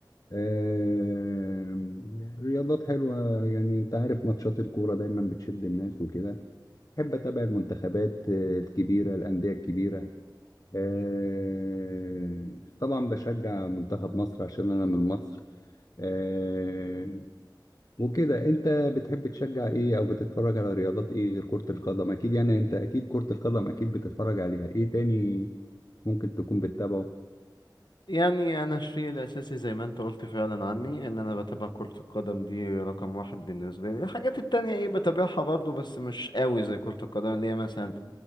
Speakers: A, on the left; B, on the left.
A: آه، رياضات حلوه يعني انت عارف ماتشات الكوره دايما بتشد الناس وكده بحب اتابع المنتخبات آه، الكبيره الانديه الكبيره آه، طبعا بشجع منتخب مصر عشان انا من مصر آه، وكده انت بتحب تشجع ايه او بتتفرج على رياضات ايه غير كرة القدم اكيد يعني انت اكيد كرة القدم اكيد بتتفرج عليها ايه تاني ممكن تكون بتتابعه
B: يعني انا الشيء الاساسي زي ما انت قلت فعلا عني ان انا بتابع كرة القدم دي رقم واحد بالنسبة لي الحاجات التانية ايه بتابعها برضو بس مش قوي زي كرة القدم اللي هي مثلا